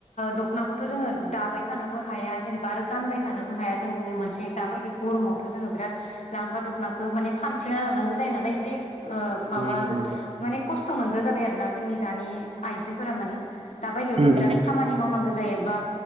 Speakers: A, on the left; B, on the right.
A: दखनाखौथ' जोङो दाबाय थानोबो हाया जेनेबा आरो गानबाय थानोबो हाया। जोंनो मोनसे दाबायदि गरमावथ' जोङो बिराद लांगा दख'नाखौ माने फानफ्लेना लानांगौ जायो नालाय एसे
B: औ
A: माबा
B: नंगौ
A: माने खस्थ' मोनग्रा जाबाय आरो ना जोंनि दानि आइजोफोरा माने दााबायदियावथ'
B: उम
A: बिराद
B: उम
A: खामानि मावनांगौ जायोबा